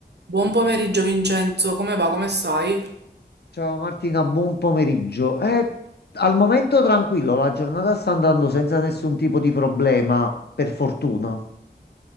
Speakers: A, on the right; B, on the left.
A: Buon pomeriggio Vincenzo, come va? Come stai?
B: Ciao Martina, buon pomeriggio. Eh, al momento tranquillo, la giornata sta andando senza nessun tipo di problema, per fortuna.